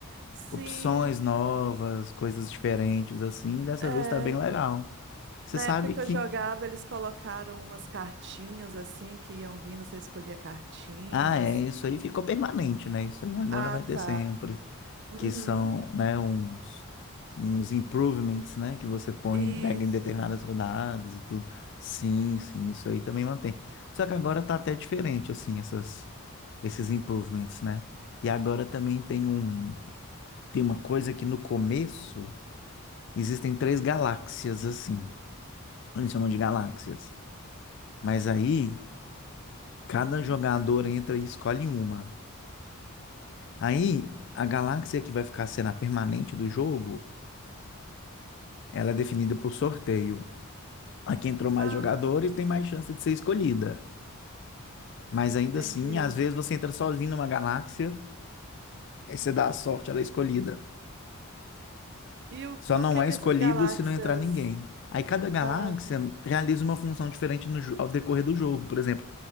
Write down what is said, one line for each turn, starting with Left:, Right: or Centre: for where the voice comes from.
Right: Sim,
Left: opções novas, coisas diferentes, assim. Dessa
Right: é.
Left: vez tá bem legal. Você
Right: Na
Left: sabe
Right: época que
Left: que,
Right: eu jogava, eles colocaram umas cartinhas assim que iam vindo, você escolhia cartinhas.
Left: ah, é, isso aí ficou permanente, né? Isso aí agora
Right: Ah,
Left: vai
Right: tá.
Left: ter sempre.
Right: Uhum.
Left: que são, né, uns, uns improvements, né, que você põe,
Right: Isso.
Left: pega em determinadas rodadas e tudo. Sim, sim, isso aí também mantém. Só que agora tá até diferente, assim, essas, esses improvements, né? E agora também tem um, tem uma coisa que no começo existem três galáxias, assim. Eles chamam de galáxias. Mas aí, cada
Right: Hum.
Left: jogador entra e escolhe uma. Aí, a galáxia que vai ficar sendo a permanente do jogo, ela é definida por sorteio. A que entrou mais
Right: Ah,
Left: jogadores tem mais chance de ser escolhida. Mas ainda
Right: entendi.
Left: assim, às vezes você entra sozinho numa galáxia, aí você dá a sorte, ela é escolhida.
Right: E o-
Left: Só
Right: no
Left: não
Right: que
Left: é
Right: que
Left: escolhido
Right: essas galáxias?
Left: se não entrar ninguém. Aí cada galáxia
Right: Ah, tá.
Left: realiza uma função diferente no, jo- ao decorrer do jogo. Por exemplo,